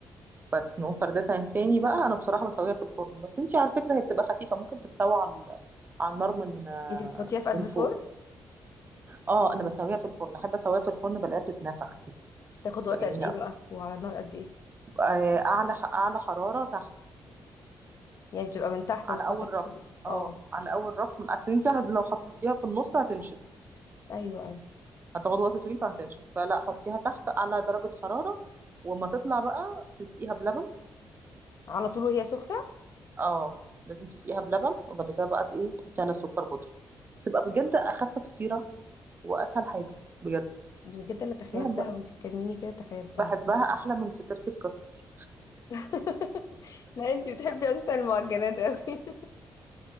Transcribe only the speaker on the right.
بس نقوم فردتها تاني بقى انا بصراحه بسويها في الفرن بس انتي على فكره هي بتبقى خفيفه ممكن تتسوى على ال- على النار من آه،
من
فوق اه انا بسويها في الفرن احب اسويها في الفرن بلاقيها بتتنفخ كده
بتبقى
جميله
آه، اعلى اعلى حرارة تحت
على
اول رف
اه على اول رف من اصل انت هت- لو حطيتيها في النص هتنشف
هتاخد وقت طويل فهتنشف فلا حطيها تحت اعلى درجة حرارة وما تطلع بقى تسقيها بلبن
اه لازم تسقيها بلبن وبعد كده بقى ايه تحطي على سكر بودرة تبقى بجد اخف فطيرة واسهل حاجة بجد
بحب
بحبها احلى من فطيرة الكاستر